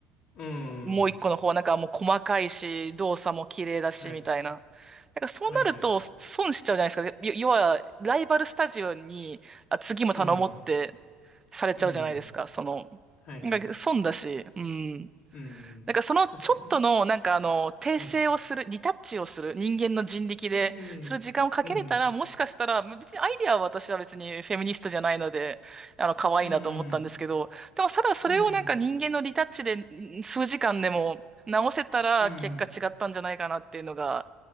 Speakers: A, on the left; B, on the right.
A: うん。
B: もう一個の方はなんかもう細かいし、動作も綺麗だし、
A: はい。
B: みたいな。だからそうなると損しちゃうじゃないですか。
A: はいはい。
B: よ要は、ライバルスタジオに、あ、次も頼もうって
A: うん。
B: されちゃうじゃないですか。
A: うん。
B: その、
A: はいはい。
B: なんか損だし、うん。
A: うん。
B: なんかそのちょっとの、
A: 確かにね。
B: なんかあの、訂正をする、
A: はい。
B: リタッチをする人間の人力で、
A: うん。
B: その時間をかけれたら、
A: うん。
B: もしかしたら、別にアイディアは私は別にフェミニストじゃないので、あの、可愛いなと思ったんですけど、
A: うん。うん。
B: でもただそれをなんか人間のリタッチでん数時間でも直せたら結果違ったんじゃないかなっていうのが
A: うん。うん。